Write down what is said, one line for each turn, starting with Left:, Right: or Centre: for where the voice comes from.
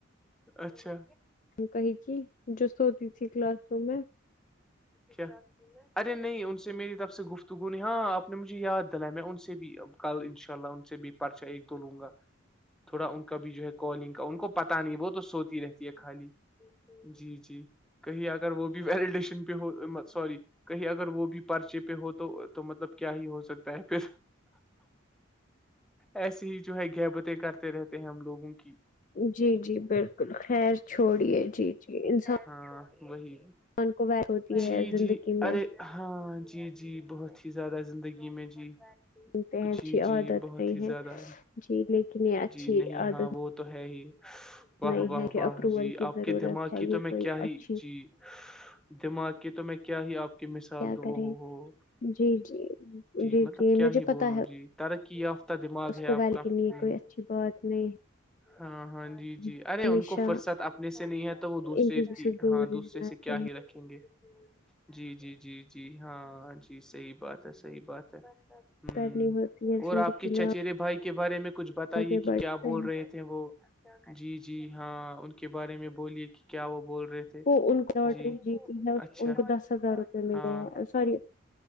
Centre: اچھا
Left: کہیں کی جو سوتی تھی کلاس روم میں
Centre: کیا ارے نہیں ان سے میری طرف سے گفتگو ہاں آپ نے مجھے یاد دلایا میں ان سے بھی کل ان شاء اللہ ان سے بھی پرچہ ایک دو لوں گا تھوڑا ان کا بھی جو ہے کالنگ کا ان کو پت نہیں وہ تو سوتی رہتی ہے خالی جی جی کہیں اگر وہ بھی ویلیڈیشن پہ ہو سوری کہیں اگر وہ بھی پرچے پہ پہ ہو تو تو مطلب کیا ہی ہو سکتا ہے پ ایسے ہی جو ہے گہبتیں کرتے رہتے ہیں ہم لوگوں کی
Left: جی جی بالکل خیر چھوڑیے جی جی انسان
Centre: ہاں وہی
Left: کو ویل ہوتی ہے
Centre: جی
Left: زندگی
Centre: جی
Left: میں
Centre: ارے ہاں جی جی جی بہت ہی زیادہ زندگی میں جی
Left: س اچھی
Centre: جی جی
Left: عادت
Centre: بہت
Left: نہیں
Centre: ہی
Left: ہے
Centre: زیادہ
Left: جی لیکن یہ اچھی
Centre: جی نہیں
Left: عادت
Centre: ہاں وہ تو ہے ہی واہ
Left: نہیں
Centre: واہ
Left: ہے کہ
Centre: واہ
Left: اپروول
Centre: جی
Left: کی
Centre: آپ
Left: ضرورت
Centre: کے دماغ
Left: ہے
Centre: کی تو
Left: یہ
Centre: میں
Left: کوئی
Centre: کیا ہی
Left: اچھی
Centre: جی دماغ کی تو میں کیا ہی آپ کی مثال
Left: کیا
Centre: دو
Left: کریں
Centre: ہو ہو
Left: جی جی جی
Centre: مطلب
Left: جی
Centre: کیا
Left: مجھے
Centre: ہی
Left: پتا
Centre: بولوں
Left: ہے
Centre: جی ترقی یافتہ دماغ
Left: اس
Centre: ہے آپ
Left: کوبائل
Centre: کا
Left: کے لیے
Centre: ہ
Left: کوئی اچھی بہت نہیں
Centre: ہاں ہاں جی جی
Left: ہے
Centre: ارے
Left: ہمیشہ
Centre: ان کو فرصت اپنے سے نہیں ہے تو وہ دوسرے
Left: ان چیزوں
Centre: کی
Left: سے دور
Centre: ہاں
Left: رہنا
Centre: دوسرے سے کیا
Left: چاہیے
Centre: ہی رکھیں گے جی جی جی جی ہاں جی صحیح بات ہے صحیح بات ہے ہوں
Left: کرنی ہوتی ہے
Centre: اور
Left: زندگی
Centre: آپ کی
Left: میں
Centre: چچرے بھائی کے بارے میں کچھ بتائیے
Left: آگے
Centre: کہ
Left: بڑھتے
Centre: کیا بول
Left: ہیں
Centre: رہے تھے وہ جی جی ہاں ان کے بارے میں بولیے کہ کیا وہ بول رہے تھے
Left: وہ ان کو لاٹری
Centre: جی
Left: جیتی ہے
Centre: اچھا
Left: ان کو دس ہزار روپئے ملے
Centre: ہاں
Left: ہیں سور